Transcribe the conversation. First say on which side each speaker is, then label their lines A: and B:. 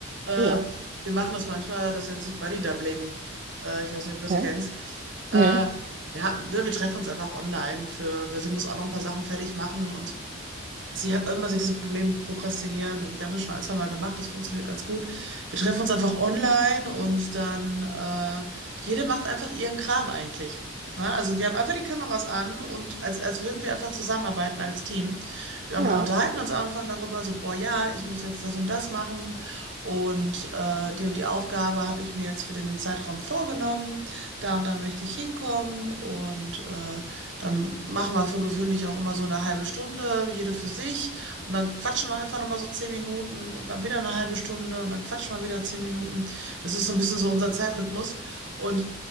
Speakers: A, on the right; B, on the right.
A: Äh,
B: ja,
A: wir machen das manchmal, das nennt sich Buddy Doubling. Äh, ich weiß nicht, ob du das
B: Okay.
A: kennst. Äh,
B: Ja.
A: ja, ne, wir treffen uns einfach online für, weil sie muss auch noch ein paar Sachen fertig machen und Sie hat immer so diese Probleme mit Prokrastinieren und wir haben das schon ein, zwei Mal gemacht, das funktioniert ganz gut. Wir treffen uns einfach online und dann äh, jede macht einfach ihren Kram eigentlich. Ne? also wir haben einfach die Kameras an und als, als würden wir einfach zusammenarbeiten als Team. Wir haben,
B: ja,
A: äh, unterhalten uns am Anfang darüber, so, boah, ja, ich muss jetzt das und das machen und äh, die und die Aufgabe habe ich mir jetzt für den Zeitraum vorgenommen. Da und da möchte ich hinkommen und äh, dann machen wir für gewöhnlich auch immer so eine halbe Stunde, jede für sich. Und dann quatschen wir einfach nochmal so zehn Minuten und dann wieder eine halbe Stunde und dann quatschen wir wieder zehn Minuten. Das ist so ein bisschen so unser Zeitrhythmus. Und